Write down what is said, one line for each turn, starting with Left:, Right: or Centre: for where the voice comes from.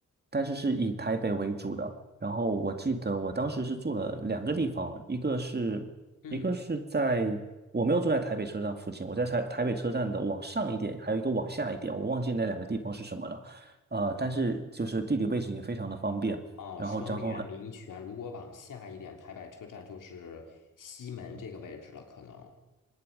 Right: 但是是以台北为主的。然后我记得我当时是住了两个地方，一个是一个是在我没有住在台北车站附近，
Left: 嗯。
Right: 我在台台北车站的往上一点，还有一个往下一点，我忘记那两个地方是什么了。呃，但是就是地理位置也非常的方便，
Left: 啊，
Right: 然后交通很，
Left: 双联民权，如果往下一点，台北车站就是西门这个位置了，可能。